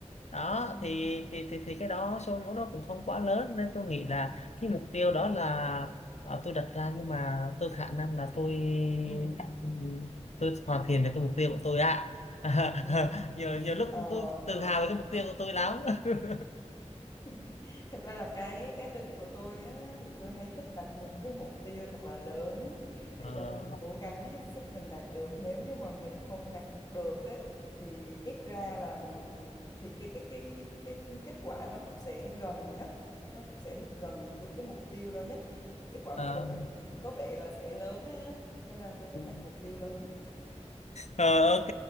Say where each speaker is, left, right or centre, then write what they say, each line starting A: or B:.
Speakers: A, on the left (about 70°); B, on the left (about 30°).
A: đó
B: ừ,
A: thì thì thì thì cái đó số vốn đó cũng không quá lớn nên tôi nghĩ là cái mục tiêu đó là Ờ, tôi đặt ra nhưng mà tôi khả năng là tôi
B: ừ,
A: ừ, tôi hoàn thiện được cái mục tiêu của tôi ạ <laughs>
B: ừ.
A: nhiều nhiều lúc
B: Ờ,
A: tôi tự hào về cái mục tiêu của tôi lắm <laughs>
B: <laughs> Thật ra là cái cái tính của tôi á, thì tôi hay thích đặt một cái mục tiêu thật là lớn
A: Ờ,
B: để cho mình cố gắng hết sức mình đạt được. Nếu như mà mình không đạt được ấy, thì ít ra là mình thì cái cái cái cái kết quả nó cũng sẽ gần nhất, nó cũng sẽ được gần với cái mục tiêu đó nhất. Thì kết quả
A: ờ,
B: của mình nó cũng có vẻ là sẽ lớn á. Cho nên là tôi thích
A: ừm.
B: đặt mục tiêu lớn.
A: Ờ, ok